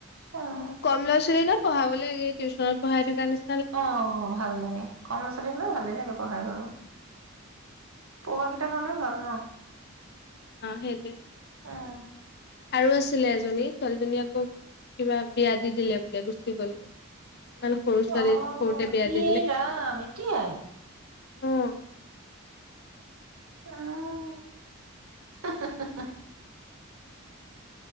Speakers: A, on the right; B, on the left.
A: অ',
B: কম ল'ৰা ছোৱালী পঢ়াবলৈ লাগে টিউচনত পঢ়াই থকা নিচি
A: অ', ভাল লাগে কম ল'ৰা ছোৱালী হলে ভালেই লাগে পঢ়াই বাৰু। পহ কি কনেও ভাল ন
B: অ সেইটোৱে
A: উ',
B: আৰু আছিলে এজনী ছোৱালীজনী আক কিবা বিয়া দি দিলে বুলে গুচি গলগে। ইমান সৰু ছোৱালী
A: অ',
B: সৰুতে বিয়া দি
A: ইৰাম এতিয়াই।
B: উম ',
A: আহ', হা - হা - হা
B: সেয়া।
A: - হা